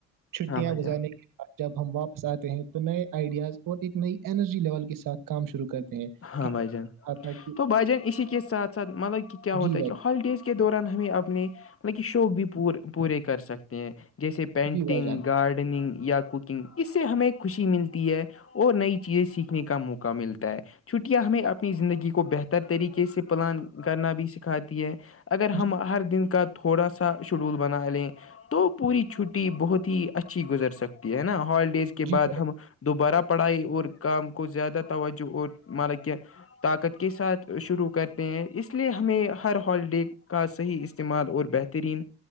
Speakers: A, on the right (about 60°); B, on the left (about 35°).
A: چھٹیاں
B: ہاں بھائی
A: گزارنے
B: جان
A: کےع جب ہم واپس آتے ہیں تو نئے آئیڈیاز اور ایک نئی انرجی لیول کے ساتھ کام شروع کرتے ہیں
B: ہاں
A: کہ
B: بھائی جان
A: کہا تھا کہ
B: تو بھ جان اسی کے ساتھ ساتھ مطلب کہ کیا ہوتا
A: جی بھائی
B: ہے کہ ہالیڈیز کے دوران ہمیں اپنے مطلب شوق بھی پور پورے کر سکتے ہیں جیسے
A: جان،
B: پینٹنگ
A: جی بھائی جان
B: گارڈننگ یاک اس سے ہمیں خوشی ملتی ہے اور نئی چیزیں سیکھنے کا موقع ملتا ہے چھٹیاں ہمیں اپنی زندگی کو بہتر طریقے سے پلان کرنا بھی سکھاتی ہے اگر
A: جی
B: ہم ہر دن کا تھوڑا سا شیڈول بنا لیں تو پوری چھٹی بہت ہی اچھی گزر سکتی ہے نا ہالڈ ڈیز کے
A: جی
B: بعد
A: بھائی
B: ہم دوبارہ پڑھائی اور کام کو زیادہ توجہ اور مانا کہ طاقت کے ساتھ شروع کرتے ہیں اس لیے ہمیں ہر ہالیڈے کا صحیح استعمال اور بہترین